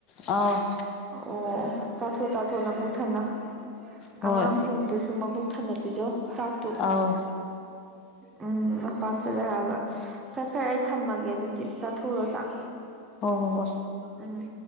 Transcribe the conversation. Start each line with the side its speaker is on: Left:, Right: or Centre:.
Left: ꯑꯧ
Right: ꯑꯣ ꯆꯥꯊꯣꯛ ꯆꯥꯊꯣꯛꯑꫭ ꯅꯕꯨꯛ ꯊꯟꯅ
Left: ꯍꯣꯏ
Right: ꯑꯉꯥꯡꯁꯤꯡꯗꯨꯁꯨ ꯃꯕꯨꯛ ꯊꯟꯅꯕꯤꯖꯧ ꯆꯥꯛꯇꯨ
Left: ꯑꯧ
Right: ꯎꯝ ꯅꯄꯥꯝ ꯆꯠꯂꯦ ꯍꯥꯏꯒ ꯐꯔꯦ ꯐꯔꯦ ꯑꯩ ꯊꯝꯃꯒꯦ ꯑꯗꯨꯗꯤ ꯆꯥꯊꯣꯛꯔꫭ ꯆꯥꯛ
Left: ꯍꯣꯏ ꯍꯣꯏ ꯍꯣꯏ
Right: ꯎꯝ